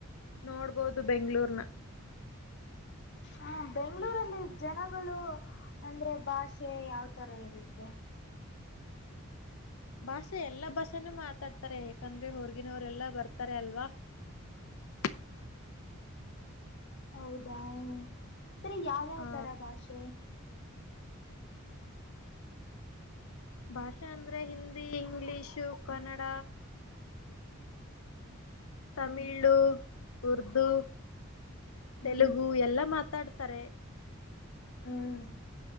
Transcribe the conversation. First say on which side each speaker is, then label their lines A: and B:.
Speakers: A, on the left (about 80°); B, on the left (about 55°).
A: ನೋಡ್ಬೋದು ಬೆಂಗಳೂರಿನ.
B: ಹಾ ಬೆಂಗಳೂರಲ್ಲಿ ಜನಗಳು, ಅಂದ್ರೆ ಭಾಷೆ ಯಾವ್ ತರ ಇರುತ್ತೆ.
A: ಭಾಷೆ ಎಲ್ಲಾ ಭಾಷೆನೂ ಮಾತಾಡ್ತಾರೆ ಯಾಕಂದ್ರೆ ಹೊರಗಿನವರೆಲ್ಲ ಬರ್ತಾರೆ ಅಲ್ವಾ <unintelligible>
B: ಹೌದಾ ಅಂದ್ರರೆ ಯಾವ್ಯಾವ
A: ಆ
B: ತರ ಭಾಷೆ.
A: ಭಾಷೆ ಅಂದ್ರೆ ಹಿಂದಿ ಇಂಗ್ಲಿಷು ಕನ್ನಡ. ತಮಿಳು
B: ಹ್ಮ್
A: ಉರ್ದು ತೆಲುಗು
B: ಹ್ಮ್
A: ಎಲ್ಲಾ ಮಾತಾಡ್ ತರೆ
B: ಹ್ಮ್